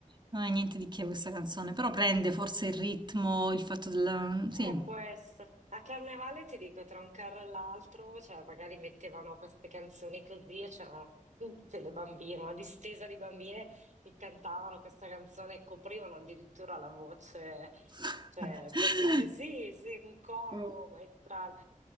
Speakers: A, on the right; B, on the right.
A: non è niente di che
B: mm,
A: questa canzone, però prende forse il ritmo, il fatto della... Sì.
B: Eh, può essere. A Carnevale ti dico, tra un carro e l'altro, cioè magari mettevano queste canzoni così e c'erano tutte le bambine, una distesa di bambine che cantavano questa canzone e coprivano addirittura la voce,
A: <laughs>
B: cioè pazz- <laughs> sì, sì, un coro
A: Oh,
B: maestrale.